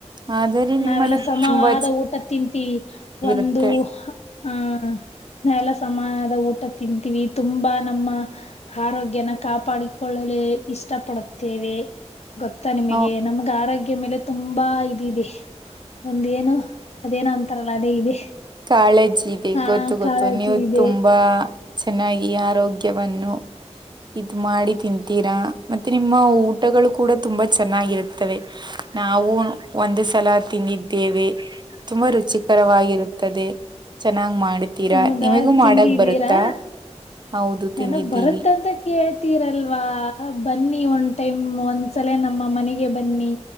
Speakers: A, on the right; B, on the left.
A: ಆದರೆ ನಿಮ್ಮದು
B: ನಾವೆಲ್ಲ ಸಮವಾದ
A: ತುಂಬಾ
B: ಊಟ ತಿಂತೀವಿ
A: ಚೆನ್ನಾಗಿರುತ್ತೆ
B: ಒಂದು. ಹಾ ನಾವ ಎಲ್ಲ ಸಮಾನದ ಊಟ ತಿಂತೀವಿ ತುಂಬಾ ನಮ್ಮ ಆರೋಗ್ಯನ ಕಾಪಾಡಿಕೊಳ್ಳಲು ಇಷ್ಟ ಪಡುತ್ತೇವೆ ಗೊತ್ತಾ ನಿಮಗೆ.
A: ನಾವು
B: ನಮ್ಗೆ ಆರೋಗ್ಯದ ಮೇಲೆ ತುಂಬಾ ಇದಿದೆ ಒಂದೇಏನು ಅದೇನೋ ಅಂತಾರಲ್ಲ ಅದೇ ಇದೆ.
A: ಕಾಳಜಿ ಇದೆ
B: ಹಾ
A: ಗೊತ್ತು ಗೊತ್ತು
B: ಕಾಳಜಿ
A: ನೀವು
B: ಇದೆ
A: ತುಂಬಾ ಚೆನ್ನಾಗಿ ಆರೋಗ್ಯವನ್ನು. ಇದ್ ಮಾಡಿ ತಿಂತೀರಾ ಮತ್ತೆ ನಿಮ್ಮ ಊಟಗಳು ಕೂಡ ತುಂಬಾ ಚೆನ್ನಾಗಿರುತ್ತವೆ. ನಾವು. ಒಂದು ಸಲ ತಿಂದಿದ್ದೇವೆ ತುಂಬಾ ರುಚಿಕರವಾಗಿರುತ್ತದೆ. ನ್ನಂಗ್ ಮಾಡ್ತೀರಾ
B: ಹೌದಾ
A: ನಿಮಗೂ ಮಾಡಕ್
B: ತಿಂದಿದ್ದೀರಾ
A: ಬರುತ್ತಾ ಹೌದು ತಿಂದಿದ್ದೀವಿ
B: ನನಗ್ ಬರುತ್ತಂತ ಕೇಳ್ತೀರಲ್ವಾ ಬನ್ನಿ ಒಂದ್ ಟೈಮ್ ಒಂದ್ಸಲೇ ನಮ್ಮ ಮನೆಗೆ ಬನ್ನಿ